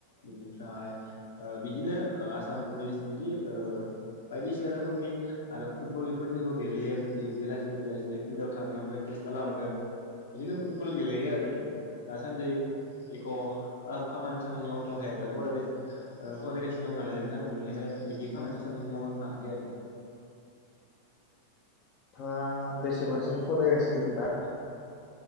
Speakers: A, on the left (about 65°); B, on the left (about 35°).
A: बेनिफ्राय ओ बिदिनो ओ आसाम पुलिस बिदि ओ बायदिसिना रोखोमनि आरो फुटबल बेफोरबायदिखौ गेलेयो बिदि बेलासे बेलासे फिल्डाव थाङो ओमफ्राय टिस खालामो बिदिनो फुटबल गेलेयो आरो। दासान्दै एक' ओम खामानि सामानि मावथ'वाखै आरो फरायबाय ओ फरायगासिनो दं नालाय नोंथा बिनिखायनो बिदि खामानि सामानि मावनो थाङाखै आरो।
B: नोंथाङा बेसेबांसिम फरायगासिनो दं दा?